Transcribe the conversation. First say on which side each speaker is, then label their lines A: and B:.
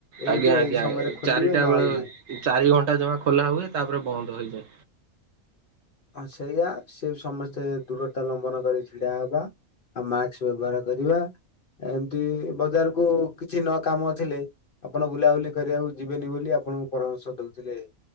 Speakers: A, on the left; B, on the right.
A: ଏଇଠୁ
B: ଆଜ୍ଞା ଆଜ୍ଞା
A: ଏଇ ସମୟରେ ଖୋଲିବେ
B: ଚାରିଟା
A: ନହେଲେ
B: ବେଳେ
A: ନାହିଁ।
B: ଚାରି ଘଣ୍ଟା ଜମା
A: ହଁ
B: ଖୋଲା ହୁଏ ତାପରେ ବନ୍ଦ ହୁଏ।
A: ହଁ ସେଇଆ ସିଏ ସମସ୍ତେ ଦୂରତା ଲମ୍ବନ କରି ଛିଡା ହବା। ଆଉ ମାସ୍କ ବ୍ୟବହାର କରିବା ଏମିତି ବଜାରକୁ କିଛି ନ କାମ ଥିଲେ ଆପଣ ବୁଲାବୁଲି କରିବାକୁ ଯିବେନି ବୋଲି ଆପଣଙ୍କୁ ପରାମର୍ଶ ଦଉଥିଲେ।